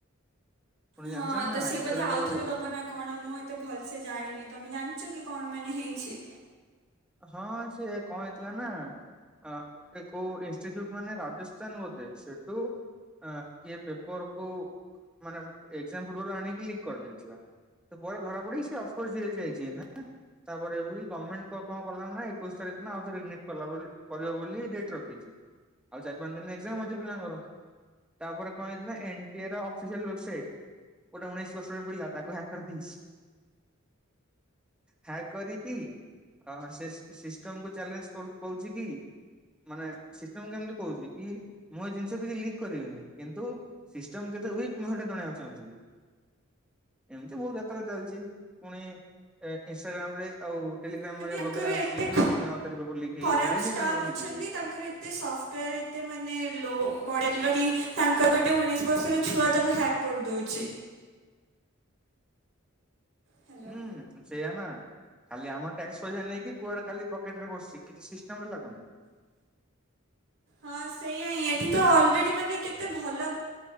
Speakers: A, in the centre; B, on the right.
A: ପୁଣି ଜାଣିଛ
B: ହଁ,
A: ନା
B: ତ ସେ
A: ଏଥର
B: ବୋଧେ ଆଉ
A: ଯୋଉ
B: ଥରେ ଦବନା କଣ ମୁଁ ଏତେ ଭଲସେ ଜାଣିନି, ତମେ ଜାଣିଛ କି? କଣ ମାନେ ହେଇଚି?
A: ହଁ, ସିଏ କଣ ହେଇଥିଲା ନା, ଗୋଟେ କୋଉ ଇନସଚୁଟ ମାନେ ରାଜ <unintelligible> ସେଠୁ କିଏ ପେପରକୁୁ ମାନେ, ଏଜାମ ପୂର୍ବରୁ ଆଣିକି, ଲିକ୍ କରିଦେଇଥିଲା। ସେ ପରେ ଧରା ପଡ଼ିକି, ଅଫକୋ ଜେଲ ଯାଇଚି ଏଇନା, ତାପରେ ଗଭର୍ଣମେଣ୍ଟ କଣ କଲା ନାଁ ଏକୋଇଶ ତାରିଖ ଦିନ, ଆଉ ଥରେ ନିଟ କରିବ ବୋଲି ଡେଟ୍ ରଖିଚି। ଆଉ ଚାରି ପାଞ୍ଚ ଦିନ ଏକଜାମ ଅଛି ପିଲାଙ୍କର, ତାପରେ କଣ ହେଇଚି ନା ଏନ ଟି ଏ ର <unintelligible> ଗୋଟେ ଉଣେଇଶି ବର୍ଷର ପିଲା ତାକୁ ହ୍ୟାକ କରିଦେଇଛି। ହ୍ୟାକ କରିକି ଅ ସେ ସି ସିଷ୍ଟମ କୁ ଚ୍ୟାଲେଞ୍ଜ କରୁ କହୁଛି କି ମାନେ ସିଷ୍ଟମ କେମତି କହୁଛି କି ମୁଁ ଏ ଜିନିଷ କେହି ଲିକ କରିବେନି କିନ୍ତୁ ସିଷ୍ଟମ କେତେ ୱିକ ମୁଁ ସେଟା ଜଣେଇବାକୁ ଚାହୁଁଥିଲି ଏମିତି ବହୁତ କ ସାରା ଚାଲିଛି ପୁଣି ଏ ଇଷ୍ଟାଗ୍ରାମ ରେ ଆଉ ଟେଲି
B: ମାନେ
A: ବଗରା
B: ତାଙ୍କର
A: ଆସୁଛିକି
B: ଏତେ ଖ
A: ପୁଣି ଆଉଥରେ ପେପର ଲିଖ ହେଇଯାଇଛି
B: ଖରାପ ଷ୍ଟାଫ୍ ଅଛନ୍ତି
A: <unintelligible> ହେଇଯାଇଛି।
B: ତାଙ୍କର ଏତେ ସପ୍ଟର ଏତେ ମାନେ ଲୋ ମଡେଲର କି ତାଙ୍କ ଗୋଟେ ଉଣେଇ ବର୍ଷର ଛୁଆ ତାକୁ ହ୍ୟାକ୍ କରିଦଉଛି। ହ୍ୟାଲୋ।
A: ହୁଁ। ସେଇୟା ନା ଖାଲି ଆମ ଟ୍ୟାକ୍ସ ପଇସା ନେଇକି କୁଆଡେ ଖାଲି ପକେଟ ରେ ବସିଛି କିଛି ସିଷ୍ଟମ ରେ ଲାଗୁନି।
B: ହଁ ସେଇଆ ହିଁ ଏଠି ତ ଅଲରେଡି ମାନେ କେତେ ଭଲ